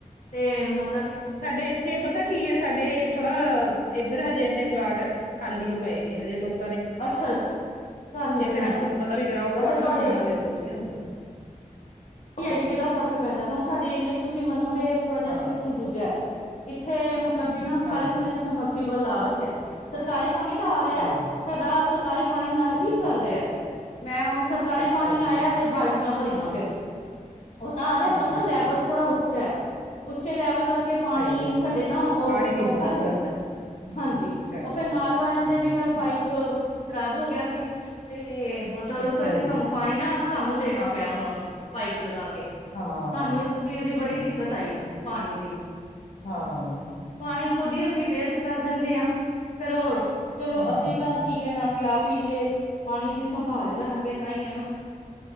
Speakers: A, on the left; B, on the left.
A: ਤੇ ਮਤ
B: ਸਾਡੇ ਇੱਥੇ ਪਤਾ ਕੀ ਆ ਸਾਡੇ ਇਹ ਥੋੜਾ ਇੱਧਰ ਹਜੇ ਇਨੇ ਪਲਾਟ ਖਾਲੀ ਪਏ ਨੇ ਹਜੇ ਲੋਕ
A: ਅੱਛਾ ਘਰ ਨੀ ਬਣਾਏ
B: ਫੇਰ ਤੁਹਾਨੂੰ ਪਤਾ ਵੀ ਗਰਾਉਂਡ
A: ਅੱਛਾ
B: ਵਾਟਰ
A: ਤੁਹਾਡੇ
B: ਹੁੰਦਾ ਫੇਰ ਵਧੀਆ ਹੁੰਦਾ ਹਮ
A: ਏਰੀਏ ਦਾ ਫ਼ਰਕ ਪੈਂਦਾ ਹੁਣ ਸਾਡੇ ਏਰੀਏ ਚ ਤੁਸੀਂ ਮੰਨੋਗੇ ਥੋੜਾ ਜਿਹਾ
B: ਹਾਂ
A: ਸਿਸਟਮ ਦੂਜਾ ਹੈ ਇੱਥੇ ਮਤ ਮਤਲਬ ਬਿਨਾਂ
B: ਹਾਂਜੀ
A: ਹਰ ਇੱਕ ਨੇ ਸਮਰਸੀਬਲ ਲਾ ਰ ਸਰਕਾਰੀ ਪਾਣੀ ਤਾਂ ਆ ਰਿਹਾ
B: ਹਾਂ
A: ਸਰਕਾਰੀ ਪਾਣੀ ਨਾਲ
B: ਸਹੀ
A: ਹੀ
B: ਹੈ
A: ਸਰ ਰਿਹਾ ਮੈਂ ਹੁਣ ਸਰਕਾਰੀ
B: ਅੱਛਾ
A: ਪਾਣੀ
B: ਜੀ
A: ਆਇਆ ਤੇ ਬਾਲ <unintelligible> ੁੀਆਂ ਭਰੀਆਂ ਫੇਿਰ ਉਹ ਤਾਂ ਆ ਰਿਹਾ
B: ਹਮ
A: ਪਰ ਨਾ ਲੈਵਲ ਥੋੜਾ ਉੱਚਾ ਐ ਉੱਚੇ ਲੈਵਲ ਕਰਕੇ ਪਾਣੀ
B: ਸਹੀ ਗੱਲ
A: ਸਾਡੇ ਨਾ ਉਹ
B: ਪਾਣੀ ਨੀ
A: ਔਖਾ
B: ਪਹੁੰਚਦਾ
A: ਚੱੜਦਾ ਐ।
B: ਹਮ
A: ਹਾਂਜੀ,
B: ਚੜਦਾ
A: ਉਹ ਫੇਰ ਨਾਲ ਵਾਲਿਆਂ
B: ਹਮ
A: ਦੇ ਵੀ ਕੱਲ ਪਾਈਪ ਹਮ ਖ਼ਰਾਬ ਹੋ ਗਿਆ ਸੀ ਤੇ ਮਤਲਬ
B: ਅੱਛਾ
A: ਇਸ ਕਰਕੇ
B: ਜੀ
A: ਸਾਨੂੰ ਪਾਣੀ ਨਾ ਸਾਨੂੰ ਦੇਣਾ ਪਿਆ ਉਹਨਾਂ ਨੂੰ ਪਾਈਪ ਲਗਾ ਕੇ
B: ਹਾਂ
A: ਸਾਨੂੰ ਇਸ ਚੀਜ਼ ਦੀ
B: ਸਹੀ
A: ਬੜੀ ਦਿੱਕਤ
B: ਗੱਲ
A: ਆਈ ਪਾਣੀ ਦੀ।
B: ਹਾਂ
A: ਪਾਣੀ ਖੁਦ ਹੀ ਅਸੀਂ ਵੇਸਟ ਕਰ ਦਿੰਦੇ ਹਾਂ ਫੇਰ ਉਹ ਚਲੋ
B: ਹਮ
A: ਅਸੀਂ ਤਾਂ ਕੀ ਕਹਿਣਾ ਅਸੀਂ ਆਪ ਈ ਜੇ ਪਾਣੀ ਦੀ ਸੰਭਾਲ ਕਰਾਂਗੇ ਤਾਂ ਈ ਐ ਨਾ